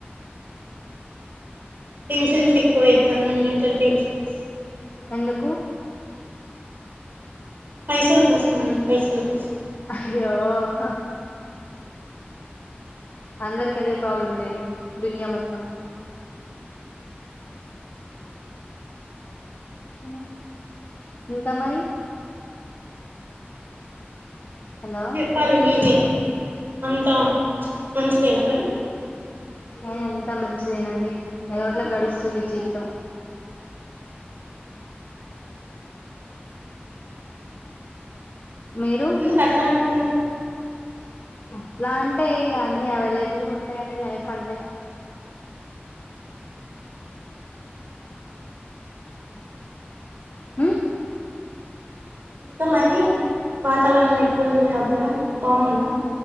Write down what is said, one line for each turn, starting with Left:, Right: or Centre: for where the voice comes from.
Right: టెన్షన్స్ ఎక్కువ అవుతన్నయి మెంటల్ టెన్షన్స్
Left: ఎందుకు
Right: పైసల కోసం మండి పైసల కోసం
Left: ఆహ్ అయ్యో హా అందరికి అదే ప్రాబ్లం లేండి దునియా మొత్తం ఉమ్మ్ ఇంకా మరీ హలో
Right: పాలి మీదే అంత మంచిదేనా మరి
Left: ఎ అంతా మంచిదేనండి ఏదో అట్లా గడుస్తుంది జీవితం మీరు
Right: దుకు అట్లా అంటున్నారు
Left: అట్లా అంటే ఇగ అన్ని అవైలబుల్గా ఉంటాయండి లైఫ్ అంటే ఉ
Right: క మరి వాతావరణం ఎట్లుంది మీ దగ్గర బావుందా